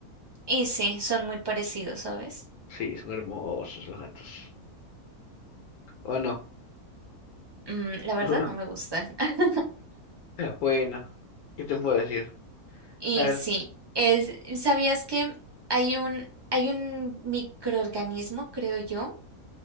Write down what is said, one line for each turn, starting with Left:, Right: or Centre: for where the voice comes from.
Right: Y sí, son muy parecidos, ¿sabes?
Left: Sí, son hermosos los gatos. ¿O no?
Right: Mm, la verdad
Left: <laughs>
Right: no me gustan. <laughs>
Left: Bueno, ¿qué te puedo decir?
Right: Y
Left: A ver,
Right: sí, es- ¿sabías que hay un, hay un microorganismo, creo yo,